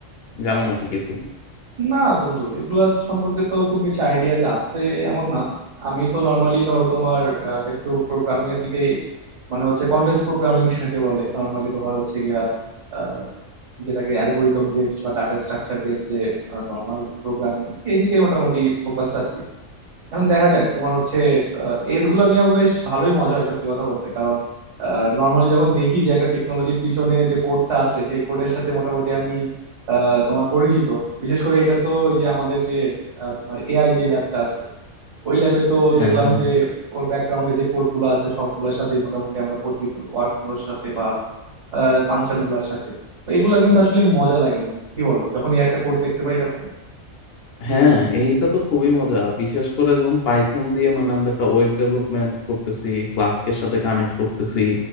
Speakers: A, on the left; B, on the right.
A: জানো নাকি কিছু
B: না বন্ধু এগুলা সম্পর্কে তো খুব বেশি আইডিয়া যে আছে এমন না আমি তো নর্মালি ধরো তোমার আহ, একটু প্রোগ্রামিং এর দিকে মানে হচ্ছে কন্টেস্ট প্রোগ্রামিং <laughs> যেটাকে বলে নর্মালি তোমার হচ্ছে গিয়া আহ, যেটাকে অ্যালগোরিদম বেসড বা ডাটা স্ট্রাকচার বেসড যে নর্মাল প্রোগ্রামিং এইদিকে মোটামুটি ফোকাসড আছি এখন দেখা যাক তোমার হচ্ছে আহ, এইগুলো নিয়েও বেশ ভালোই মজা হয় সত্যি কথা বলতে কারণ নর্মালি যখন দেখি যে একটা টেকনোলজির পিছনে যে কোডটা আছে সেই কোডের সাথে মোটামুটি আমি আহ, তোমার পরিচিত বিশেষ করে এটা তো ওই যে আমাদের যে আহ, তোমার এআই যে ল্যাবটা আছে ওই ল্যাবে তো
A: হ্যাঁ
B: দেখলাম
A: হ্যাঁ
B: যে ওর ব্যাকগ্রাউন্ডে যে কোডগুলো আছে সবগুলোর সাথেই মোটামুটি আমরা পরিচিত ওয়ার্কফ্লোর সাথে বা ফাংশন গুলার সাথে তো এগুলা কিন্তু আসলে মজা লাগে বন্ধু কি বলো যখন এই একটা কোড দেখতে পাই এরকম
A: হ্যাঁ এইটা তো খুবই মজা বিশেষ করে যখন পাইথন দিয়ে মানে আমরা একটা ওয়েব ডেভেলপমেন্ট করতেছি ফ্লাস্কের সাথে কানেক্ট করতেছি